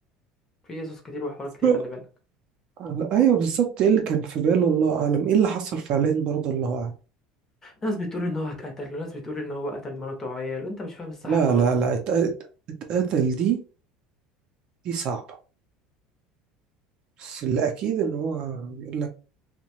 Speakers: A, on the left; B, on the right.
A: فيه قصص كتير وحوارات كتير
B: <laughs>
A: خلي بالك
B: لا، ايوه بالظبط ايه اللي كان في باله الله اعلم ايه اللي حصل فعليا برضه الله اعلم
A: ناس بتقول ان هو اتقتل وناس بتقول ان هو قتل مراته وعياله انت مش فاهم الصح
B: لا
A: من الغلط
B: لا لا
A: بقى
B: اتق- اتقتل دي دي صعبة بس اللي اكيد ان هو يقول لك